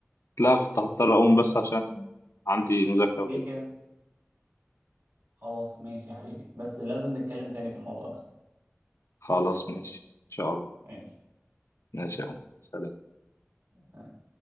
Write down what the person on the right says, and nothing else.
ليه
كده خلاص ماشي يا حبيبي بس لازم نتكلم تاني في الموضوع ده
ماشي
مش
عارف